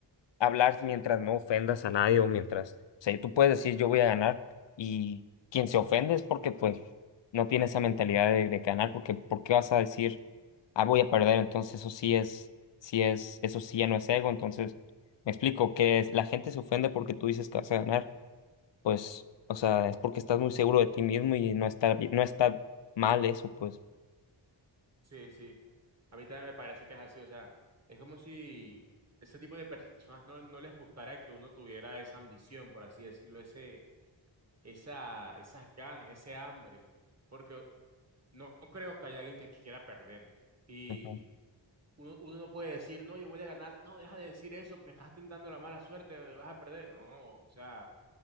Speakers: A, on the left; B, on the right.
A: hablar mientras no ofendas a nadie o mientras, o sea, tú puedes decir yo voy a ganar y quien se ofende es porque pues no tiene esa mentalidad de, de ganar, porque ¿por qué vas a decir ah voy a perder? Entonces eso sí es, sí es, eso sí ya no es ego, entonces me explico que es, la gente se ofende porque tú dices que vas a ganar, pues, o sea, es porque estás muy seguro de ti mismo y no está, bi- no está mal eso, pues.
B: Sí, sí. A mí también me parece que es así. O sea, es como si ese tipo de personas no, no les gustara que uno tuviera esa ambición, por así decirlo, ese, esa, esas ganas, ese hambre. Porque no creo que haya alguien que quiera perder. Y
A: Ujú,
B: uno, uno no puede decir, no, yo voy a ganar. No, deja de decir eso porque estás tentando la mala suerte, vas a perder. No, o sea.